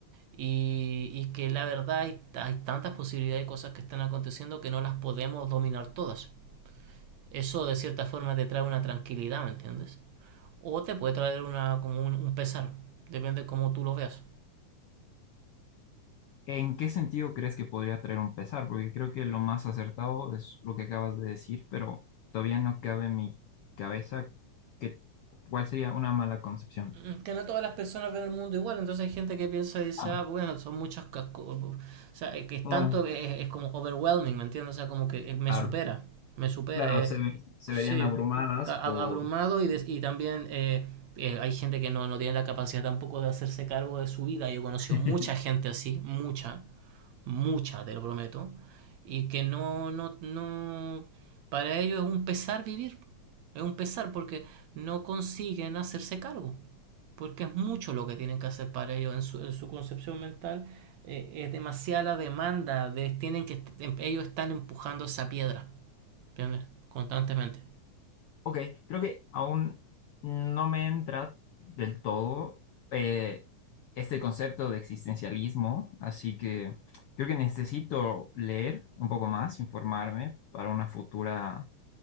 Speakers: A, on the right (about 70°); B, on the left (about 70°).
A: Y, y que la verdad hay, hay tantas posibilidades de cosas que están aconteciendo que no las podemos dominar todas. Eso de cierta forma te trae una tranquilidad, ¿me entiendes? O te puede traer una, como un, un pesar, depende de cómo tú lo veas.
B: ¿En qué sentido crees que podría traer un pesar? Porque creo que lo más acertado es lo que acabas de decir, pero todavía no cabe en mi cabeza que, cuál sería una mala concepción.
A: Mm, que no todas las personas ven el mundo igual, entonces hay gente que piensa y dice,
B: Ah,
A: ah, bueno, son muchas casco- o sea, eh, que es
B: Ah,
A: tanto, es, es como overwhelming, ¿me entiendes? O sea, como que eh, me
B: claro,
A: supera, me supera,
B: claro,
A: eh,
B: se, ve- se
A: sí,
B: verían abrumadas
A: ca-
B: por...
A: ab- abrumado y, des- y también eh, eh, hay gente que no, no tiene la capacidad tampoco de hacerse cargo de su vida, yo he conocido
B: <laughs>
A: mucha gente así, mucha, mucha, te lo prometo, y que no, no, no, para ellos es un pesar vivir, es un pesar porque no consiguen hacerse cargo porque es mucho lo que tienen que hacer para ellos en su, en su concepción mental. eh, es demasiada la demanda, de, tienen que, em- ellos están empujando esa piedra, ¿entiendes? Constantemente.
B: Ok, creo que aún no me entra del todo eh, este concepto de existencialismo, así que creo que necesito leer un poco más, informarme para una futura